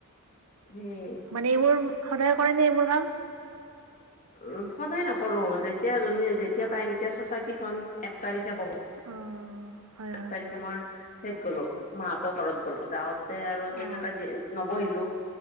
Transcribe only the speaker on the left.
সেই
উ সদায় নকৰো যেতিয়া যোনে যেতিয়া
টাইম এতিয়া চচাইটি খন এক তাৰিখে ব
এক
তাৰিখে মই হেইত গ'লো মাহতৰ ঘৰত গলো যাওঁতে আৰু তেনেকে
নবহিলো